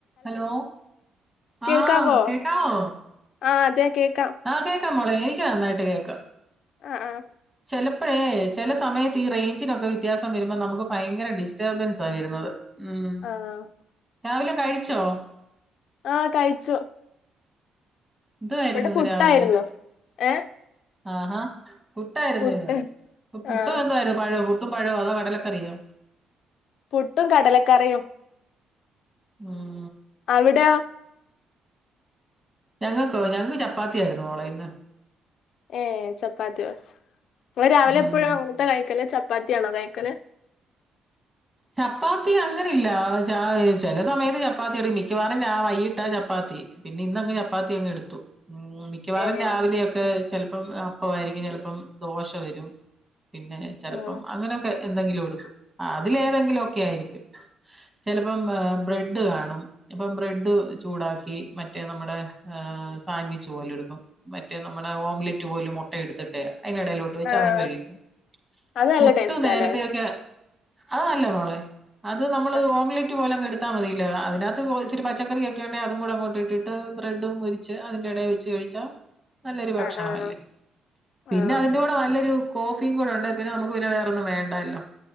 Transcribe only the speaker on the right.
Hello
ആഹ് കേക്കാവോ
ആഹ് കേക്കാം മോളെ എനിക്ക് നന്നായിട്ട് കേക്കാം
ചെലപ്പഴേ ചെല സമയത്ത് ഈ റേഞ്ചിനൊക്കെ വ്യത്യാസം വരുമ്പോ നമുക്ക് ഭയങ്കര ഡിസ്റ്റർബൻസ വരുന്നത് ഉം
രാവിലെ കഴിച്ചോ
എന്തുവായിരുന്നു
ഇന്ന്
രാവിലെ
ആഹാ പുട്ടായിരുന്നോ
ഇന്ന് പ്പ പുട്ടു
എന്താരു പഴവും പുട്ടും പഴവോ അതോ കടലക്കറിയോ
ഉം
ഞങ്ങക്കോ ഞങ്ങക്ക് ചപ്പാത്തിയ ആയിരുന്നു മോളെ ഇന്ന്
ഉം
ചപ്പാത്തി അങ്ങനില്ല ച ചെല സമയത്ത് ചപ്പാത്തി മിക്കവാറും രാ വൈകിട്ടാ ചപ്പാത്തി പിന്നെ ഇന്നങ് ചപ്പാത്തി അങ്ങ് എടുത്തു <unintelligible> മിക്കവാറും
രാവിലെയൊക്കെ ചെൽപ്പം അപ്പവായിരിക്കും ചെലപ്പം ദോശ വരും പിന്നെ ചെലപ്പം
അങ്ങനെയൊക്കെ എന്തെങ്കിലും എടുക്കും ഇതിലേതെങ്കിലൊക്കെ ആയിരിക്കും ചെലപ്പം ഏഹ് ബ്രെഡ് കാണും അപ്പം ബ്രെഡ് ചൂടാക്കി മറ്റേ നമ്മടെ ഏഹ് സാൻവിച്ച് പോലെ ഇടുക്കും മറ്റേ നമ്മടെ ഓംലറ്റ് പോലും മുട്ട എടുത്തിട്ടെയ് അയിനടയിലോട ട്ട് വെച്ച്
അത അങ്ങ് കഴിക്കു
പുട്ട്
നേരത്തെയൊക്കെ അത് നല്ല മൊളെ അത് നമ്മള്
ഓംലെ റ്റ് പോല അങ്ങ് എടുത്താ മതിയെലോ അതിനാത്ത് ഓ ഇച്ചിരി പച്ചക്കറി ഒക്കെ ഉണ്ടെ അതും അങ്ങോട്ട് ഇട്ടിട്ട് ബ്രഡും ഒരു ച്ച് അതിന്റെ എടെ വെച്ച് കഴിച്ചാ നല്ലൊരു ഭക്ഷണ
അല്ലേ പിന്നെ
അതിന്റെ കൂടെ നല്ലൊരു കോഫീ കൂടെ ഉണ്ടെ പിന്നെ നമ്മക്ക് പിന്നെ വേറൊന്നും വേണ്ടല്ലോ